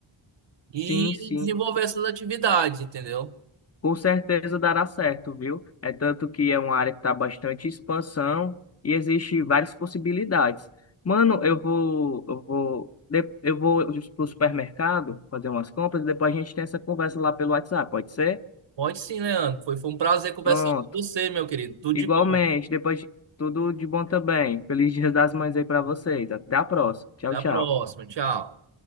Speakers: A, on the right; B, on the left.
A: e
B: Sim, sim.
A: desenvolver essas atividades, entendeu?
B: Com certeza dará certo, viu? É tanto que é uma área que está bastante em expansão e existe várias possibilidades. Mano, eu vou, eu vou, de- eu vou pro supermercado fazer umas compras e depois a gente tem essa conversa lá pelo WhatsApp, pode ser?
A: Pode sim, Leandro. Foi, foi um prazer conversar
B: Pronto.
A: com você, meu querido. Tudo
B: Igualmente,
A: de bom.
B: depois tudo de bom também. Feliz Dia das Mães aí para vocês. Até a próxima. Tchau,
A: Até a
B: tchau.
A: próxima. Tchau.